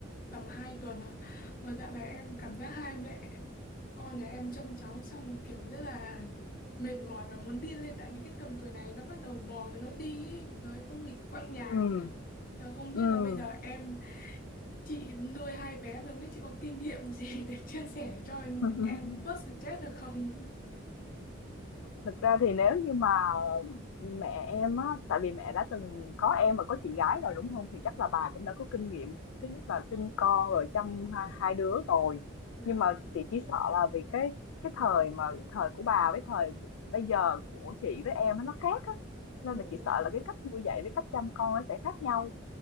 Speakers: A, on the left (about 45°); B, on the left (about 80°).
A: tầm 2 tuần à. Mà dạo này em cảm giác hai mẹ con nhà em trông cháu xong kiểu rất là mệt mỏi và muốn điên lên tại vì cái tầm tuổi này nó bắt đầu bò rồi nó đi ấy. Trời ơi, nó nghịch quanh nhà
B: ừm,
A: Ờ, Không biết
B: ừm.
A: là bây giờ em chị nuôi hai bé lớn đấy chị có kinh nghiệm gì để <laughs> chia sẻ cho
B: <laughs>
A: em bớt stress được không?
B: Thực ra thì nếu như mà mẹ em á, tại vì mẹ đã từng có em và có chị gái rồi, đúng không? Thì chắc là bà cũng đã có kinh nghiệm, thứ nhất là sinh con rồi chăm hai hai đứa rồi.
A: Dạ
B: Nhưng mà chị chỉ sợ là vì cái cái thời mà thời của bà với thời bây giờ của chị với em á, nó khác á,
A: đúng
B: nên là chị
A: rồi.
B: sợ là cái cách nuôi dạy với cách chăm con nó sẽ khác nhau.